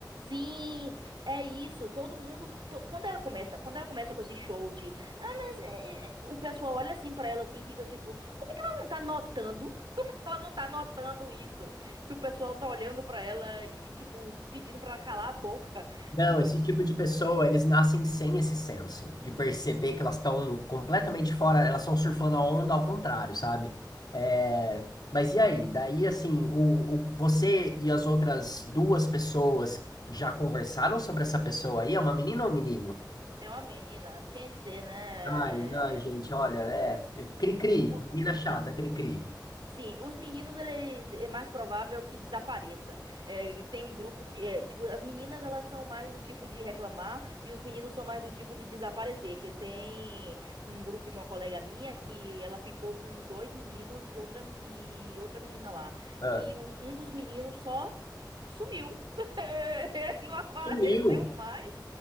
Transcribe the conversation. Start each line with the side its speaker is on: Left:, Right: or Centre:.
Right: Sim, é isso. Todo mundo, to- quando ela começa, quando ela começa com esse show de, ah, mas é, é", o pessoal olha assim pra ela assim, e fica tipo, como é que ela não tá notando? <laughs> Como é que ela não tá notando isso? Que o pessoal tá olhando pra ela e tipo pedindo pra ela calar a boca.
Left: Não,
Right: <laughs>
Left: esse tipo de pessoa, eles nascem sem esse senso de perceber que elas estão completamente fora, elas estão surfando a onda ao contrário, sabe? É, Mas e aí? Daí, assim, o, o- você e as outras duas pessoas já conversaram sobre essa pessoa aí? É uma menina ou um menino?
Right: É uma menina, tinha que ser, né?
Left: Ai, não, gente, olha, é. Cri-cri,
Right: O,
Left: menina
Right: o-
Left: chata, cri-cri.
Right: Sim, os meninos, ele é mais provável que desapareça. É, tem um grupo que, é, tipo, as meninas, elas são mais do tipo de reclamar e os meninos são mais do tipo de desaparecer. Que tem um grupo de uma colega minha que ela ficou com dois meninos e outra, e outra menina lá.
Left: Ah,
Right: E o- um dos meninos só sumiu. <laughs> Não apareceu
Left: sumiu.
Right: mais.